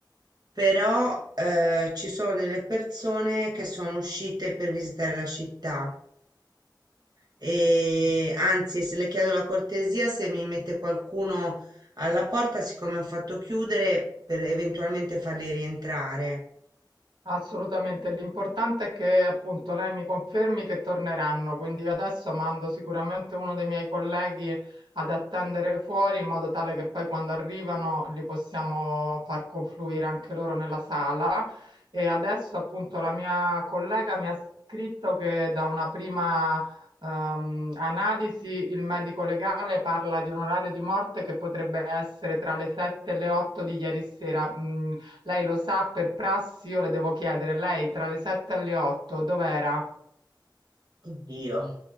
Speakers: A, on the right; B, on the right.
A: però eh, ci sono delle persone che sono uscite per visitare la città. E anzi, se le chiedo la cortesia, se mi mette qualcuno alla porta, siccome ho fatto chiudere, per eventualmente farli rientrare.
B: Assolutamente, l'importante è che appunto lei mi confermi che torneranno, quindi io adesso mando sicuramente uno dei miei colleghi ad attendere fuori in modo tale che poi quando arrivano li possiamo far confluire anche loro nella sala e adesso appunto la mia collega mi ha scritto che da una prima ehm, analisi il medico legale parla di un orario di morte che potrebbe essere tra le 7 e le 8 di ieri sera. Mm, lei lo sa, per prassi io le devo chiedere, lei tra le 7 e le 8 dov'era?
A: Oddio,